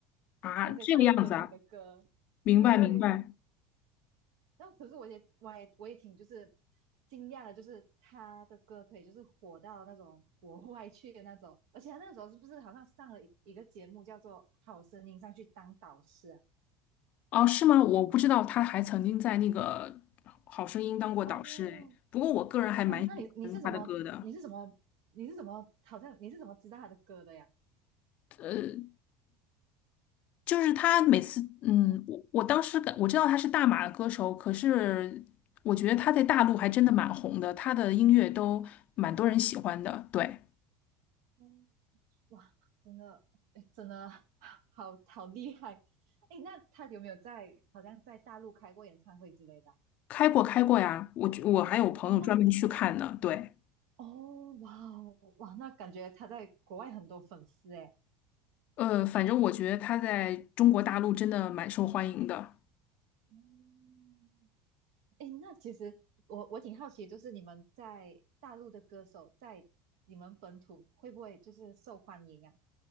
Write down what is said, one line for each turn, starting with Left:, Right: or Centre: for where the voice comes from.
Left: 啊，
Right: 那些大陆歌手的歌。
Left: 这个样子啊，明白明白。
Right: 对，然后可是我也我也我也挺就是惊讶的，就是他的歌可以就是火到那种国外去的那种，而且他那时候是不是好像上了一一个节目叫做《好声音》上去当导师啊？
Left: 哦，是吗？我不知道他还曾经在那个《好声音》当过导师哎。
Right: 哦，
Left: 不过我个人还蛮喜欢他的歌的，
Right: 哇，那你你是怎么你是怎么你是怎么好像你是怎么知道他的歌的呀？
Left: 呃，就是他每次，嗯，我我当时感我知道他是大马的歌手，可是我觉得他在大陆还真的蛮红的，他的音乐都蛮多人喜欢的。对，
Right: 嗯，哇，真的，哎，真的好好厉害！哎，那他有没有在好像在大陆开过演唱会之类的
Left: 开过开过呀，我觉我还有朋友专门去看呢。
Right: 啊哦，那
Left: 对。
Right: 哦，哇哦，哇，那感觉他在国外很多粉丝哎。
Left: 呃，反正我觉得他在中国大陆真的蛮受欢迎的。
Right: 嗯哎，那其实我我挺好奇，就是你们在大陆的歌手在你们本土会不会就是受欢迎啊？